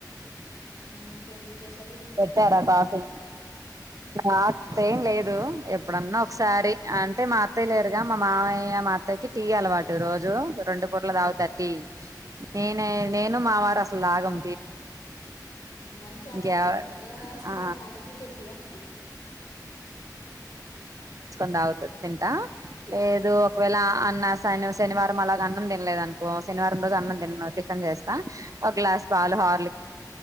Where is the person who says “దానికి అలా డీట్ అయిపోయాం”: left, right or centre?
Left